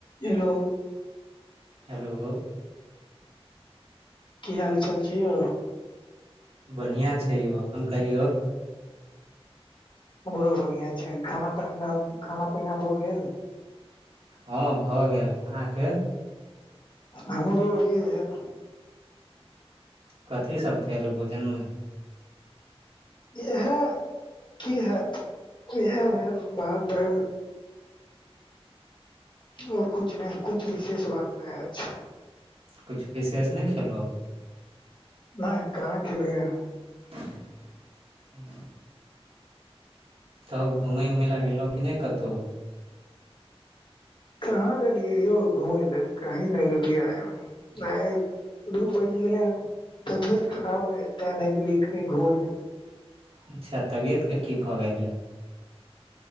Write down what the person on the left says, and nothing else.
हेलो
की हाल चाल छै यौ
हमरो बढ़िया छै खाना प खाना पीना भऽ गेल
हमरो अभीईये भेल
इहै की हत इएह भेल भात दैल ओर किछु नय किछु विशेष बात नय अछ।
नय कहाॅं खेलियै हन।
कहाँ गेलियै यौ घुमै लऽ कही नै गेलियै आइ हम। आय दू बैज गेलै हनू तबियत खराब रहे तै नै गेलियै कही घुमै ल ऽ